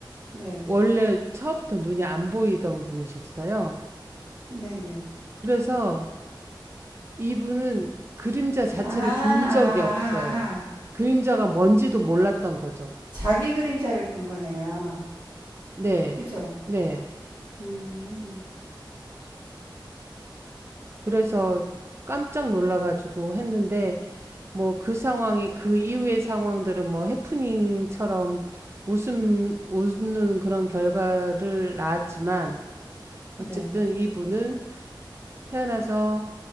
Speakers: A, on the right; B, on the right.
A: 네.
B: 원래 처음부터 눈이 안 보이던 분이셨어요.
A: 네, 네.
B: 그래서 이분은 그림자 자체를
A: 아, 아, 아.
B: 본 적이 없어요.
A: 아.
B: 그림자가 뭔지도 몰랐던 거죠.
A: 자기 그림자를 본 거네요.
B: 네,
A: 그죠?
B: 네.
A: 음.
B: 그래서 깜짝 놀라가지고 했는데, 뭐 그 상황이, 그 이후의 상황들은 뭐 해프닝처럼 웃음, 웃는 그런 결과를 낳았지만,
A: 네.
B: 어쨌든 이분은 태어나서